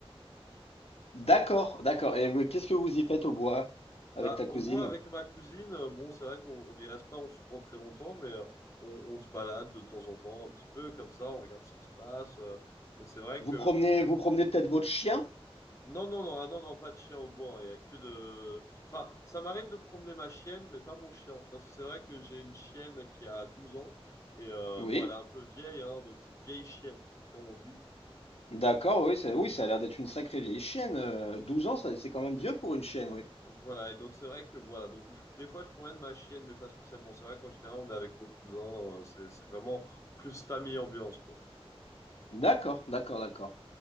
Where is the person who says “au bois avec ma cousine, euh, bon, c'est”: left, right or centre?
Left